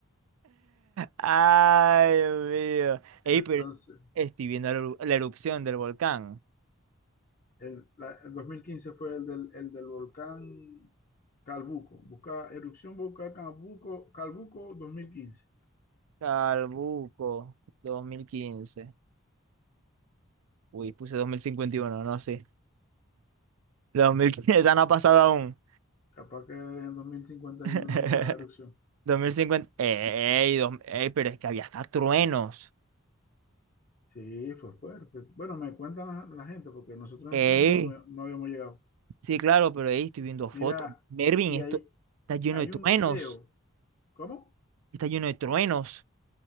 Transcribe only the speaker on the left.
Entonces,
el, la- el 2015 fue el del, el del volcán Calbuco. Busca erupción volcán Calbuco, Calbuco dos mil quince
Capaz que en 2051
también haga erupción.
Sí, fue fuerte. Bueno, me cuentan la, la gente porque nosotros
en ese año no, me- no habíamos llegado.
Mira,
y
hay,
hay
un video ¿Cómo?